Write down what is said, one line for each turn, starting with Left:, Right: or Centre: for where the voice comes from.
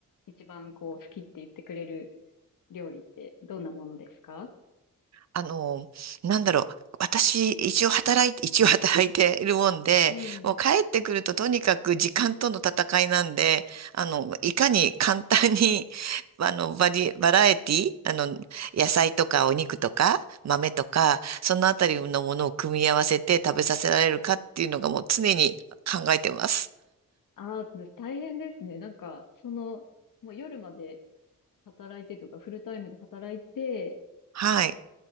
Left: 一番こう好きって言ってくれる料理ってどんなものですか
Right: あの、なんだろう。私、一応働いて、一応働いているもんで、
Left: うん。
Right: もう帰ってくるととにかく時間との戦いなんで、あの、いかに簡単に、<laughs> あの、バリ、バラエティ、あの、野菜とかお肉とか豆とか、そのあたりのものを組み合わせて食べさせられるかっていうのがもう常に考えてます。
Left: ああ、大変ですね。なんか、その、もう夜まで働いてとか、フルタイムで働いて、
Right: はい。
Left: ま、ち